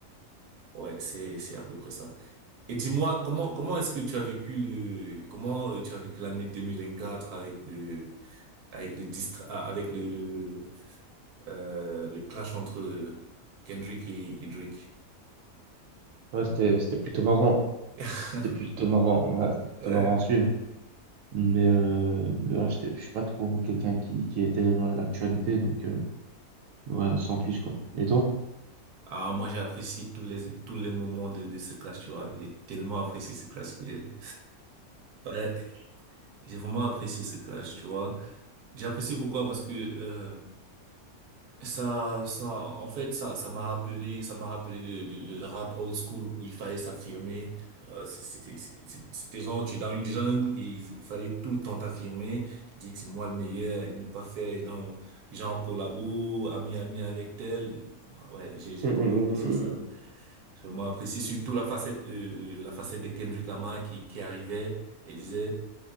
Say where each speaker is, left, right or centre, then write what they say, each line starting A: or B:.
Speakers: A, on the right; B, on the right.
A: Ouais, c'est c'est à peu près ça. Et dis-moi, comment, comment est-ce que tu as vécu le, comment euh, tu as vécu l'année 2024 avec le, avec le distra, ah, avec le, le, euh, le clash entre Kendrick et, et Drake?
B: Ouais, c'était, c'était plutôt marrant.
A: <laughs>
B: C'était plutôt marrant. Ouais, c'était plutôt
A: Ouais.
B: marrant à suivre. Mais euh, ouais, j'étais- je suis pas trop quelqu'un qui, qui était dans l'actualité, donc euh, ouais, sans plus quoi. Et toi?
A: Ah, moi, j'ai apprécié tous les, tous les moments de, de ce clash, tu vois. J'ai tellement apprécié ce clash que, ouais, j'ai vraiment apprécié ce clash, tu vois. J'ai apprécié pourquoi? Parce que, euh, Ça, ça, en fait, ça, ça m'a rappelé, ça m'a rappelé le, le, le- le rap old school où il fallait s'affirmer. Euh, c'est- C'était, c'est- c'est- c'était genre, tu es dans une jungle et il faut, il fallait tout le temps t'affirmer, dire que c'est moi le meilleur et ne pas faire dans, genre, collabo, ami, ami avec tel. Ouais, j'ai, j'ai
B: Mm,
A: vraiment
B: mm,
A: apprécié ça.
B: mm.
A: J'ai vraiment apprécié surtout la facette, euh, euh, la facette de Kendrick Lamar qui, qui arrivait et disait